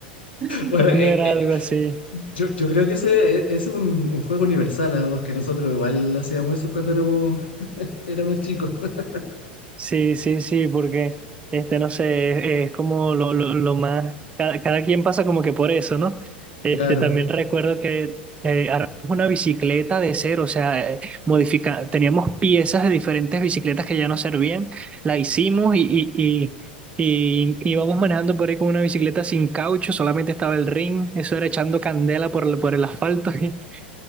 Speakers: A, on the right; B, on the left.
A: <laughs>
B: Bueno, eh,
A: no era
B: eh,
A: algo así.
B: yo, yo creo que ese e- es un, un juego universal, ¿ah? Porque nosotros igual hacíamos eso cuando éramos, éramos chicos. <laughs>
A: Sí, sí, sí, porque este, no sé, es, como lo, lo, lo más, cada, cada quien pasa como que por eso, ¿no? Este,
B: Claro.
A: también recuerdo que eh, armamos una bicicleta de cero, o sea, eh, modifica, teníamos piezas de diferentes bicicletas que ya no servían, la hicimos y, y, y, y íbamos manejando por ahí con una bicicleta sin caucho, solamente estaba el ring, eso era echando candela por, el- por el asfalto <laughs>